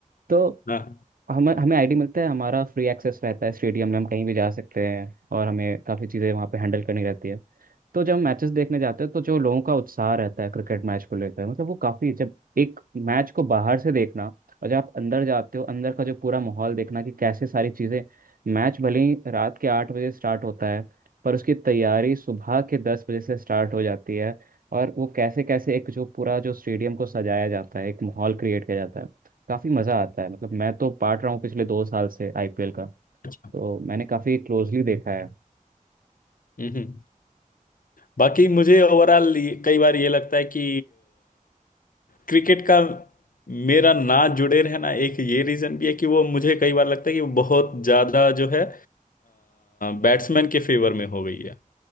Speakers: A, on the right; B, on the left.
A: तो
B: हाँ
A: हमें हमें आईडी मिलता है हमारा फ्री एक्सेस रहता है स्टेडियम में हम कहीं भी जा सकते हैं और हमें काफ़ी चीज़ें वहाँ पे हैंडल करनी रहती है तो जब मैचेस देखने जाते हैं तो जो लोगों का उत्साह रहता है क्रिकेट मैच को लेकर मतलब वो काफी जब एक मैच को बाहर से देखना और जब आप अंदर जाते हो अंदर का जो पूरा माहौल देखना कि कैसे सारी चीजें मैच भले ही रात के आठ बजे स्टार्ट होता है पर उसकी तैयारी सुबह के दस बजे से स्टार्ट हो जाती है और वो कैसे कैसे एक जो पूरा जो स्टेडियम को सजाया जाता है एक माहौल क्रिएट किया जाता है काफी मजा आता है मतलब मैं तो पार्ट रहा हूँ पिछले दो साल से आईपीएल का
B: अच्छा
A: तो मैंने काफी क्लोजली देखा है
B: हम्म हम्म। बाकी मुझे ओवरऑल कई बार ये लगता है कि क्रिकेट का मेरा ना जुड़े रहना एक ये रीजन भी है कि वो मुझे कई बार लगता है कि वो बहुत ज्यादा जो है बैट्समैन के फेवर में हो गई है